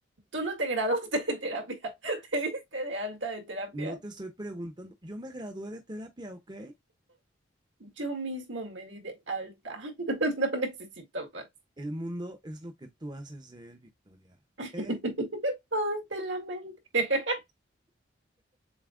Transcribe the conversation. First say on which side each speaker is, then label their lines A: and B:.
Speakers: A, on the right (about 75°); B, on the right (about 25°).
A: Tú no te graduaste de terapia, <laughs> te diste de alta de terapia.
B: No te estoy preguntando, yo me gradué de terapia, ¿ok?
A: Yo mismo me di de alta. <laughs> No necesito más.
B: El mundo es lo que tú haces de él, Victoria.
A: <laughs>
B: ¿Eh?
A: Todo está en la mente. <laughs>